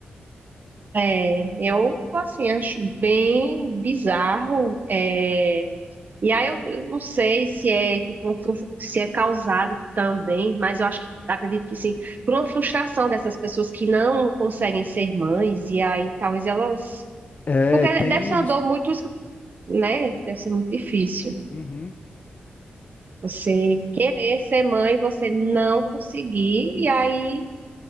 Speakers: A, on the right; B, on the left.
A: É, eu, assim, acho bem bizarro. é, e aí eu, eu não sei se é, tipo, um fru- se é causado também, mas eu acho, acredito que sim, por uma frustração dessas pessoas que não conseguem ser mães, e aí talvez elas...
B: É,
A: Porque
B: tem
A: deve ser uma
B: isso.
A: dor muito, né? Deve ser muito difícil.
B: Uhum.
A: Você querer ser mãe, você não conseguir, e aí